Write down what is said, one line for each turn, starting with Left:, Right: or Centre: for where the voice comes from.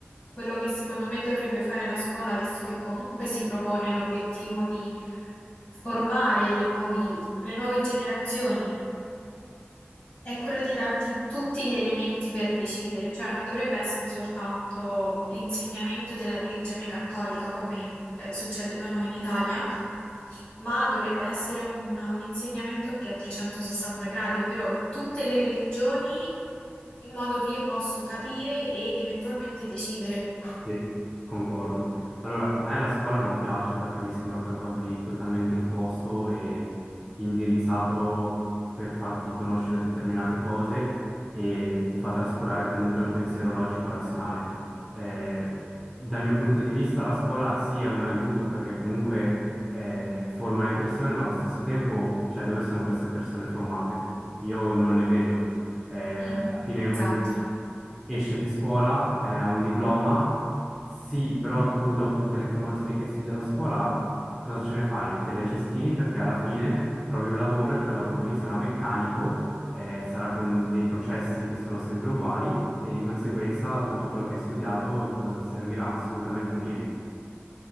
Left: quello che secondo me dovrebbe fare la scuola, visto che comunque si propone l'obiettivo di formare le nuovi- le nuove generazioni, è quello di darti tutti gli elementi per decidere, cioè non dovrebbe essere soltanto l'insegnamento della religione cattolica come eh, succede da noi in Italia, ma dovrebbe essere un, un insegnamento più a 360 gradi, ovvero tutte le religioni in modo che io posso capire e eventualmente decidere.
Centre: Sì, concordo. Allora, a me la scuola non piace perché mi sembra qualcosa di totalmente imposto e indirizzato per farti conoscere determinate cose e ti fa trascurare comunque un pensiero logico-razionale. Eh, dal mio punto di vista, la scuola sì è un aiuto perché comunque eh, forma le persone, ma allo stesso tempo, cioè, dove sono queste persone formate? Io non le vedo. Eh,
Left: Mm,
Centre: alla fine
Left: esatto.
Centre: uno esce di scuola, eh, ha un diploma, sì, però tu dopo tutte le informazioni che hai studiato a scuola, cosa ce ne fai? Te le cestini perché alla fine trovi un lavoro e quel lavoro lì sarà meccanico, eh, sarà con dei processi che sono sempre uguali e di conseguenza tutto quello che hai studiato cosa ti servirà? Assolutamente niente.